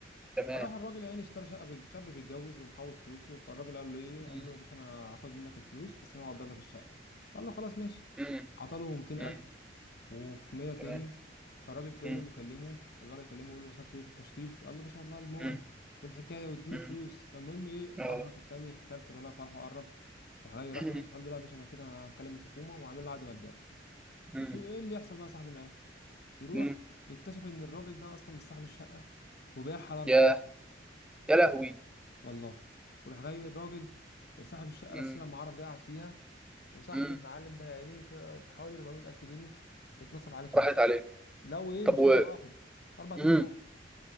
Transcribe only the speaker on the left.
فراح الراجل يعني اشترى شقه بيج- شاب بيتجوز ومحوش فلوسه فالراجل قال له ايه
قال له يا باشا انا هاخد منك الفلوس بس انا هوضب لك الشقه قال له خلاص ماشي
عطى له 200000
وفي 100 تاني
فالراجل كل
يوم بيكلمه الولد يكلمه يقول له وصلت ايه في التشطيب قال له ما شاء الله المون
والحكايه واديني
فلوس فالمهم ايه مره
في التانيه في التالته الولد فرحه قرب راح جاي راح
له قال له لا يا باشا انا كده انا هكلم الحكومه وعامل له عقد مبدئي
يشوف ايه اللي يحصل بقى يا صاحبي معاه يروح
يكتشف ان الراجل ده اصلا مش صاحب الشقه وباعها على اربع
تنفار
والله وراح جاي الراجل صاحب الشقه الاساسيه
لما عرف ده قاعد فيها وصاحب
المعلم ده يا عيني ت- حوالي 400 الف جنيه اتنصب عليه فيهم.
لو ايه
مش
نفر واحد اربع تنفار